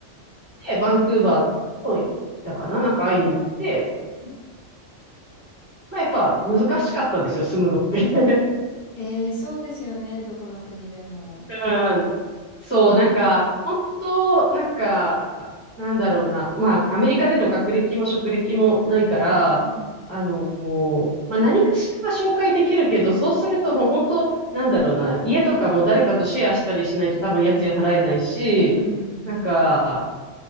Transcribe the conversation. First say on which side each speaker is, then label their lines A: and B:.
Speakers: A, on the left; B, on the left.
A: で、バンクーバーを行ったかな、なんか会いに行って、
B: うん
A: まあ、やっぱ難しかったですよ、住むのって。<laughs>
B: ええそうですよね。どこの国でも。
A: うん。そう、なんか、本当、なんか、なんだろうな。まあ、アメリカでの学歴も職歴もないから、
B: うん。
A: あの、まあ、何かしらは紹介できるけど、そうするともう本当、なんだろうな。家とかも誰かとシェアしたりしないと多分家賃払えないし、
B: うん。
A: なんか、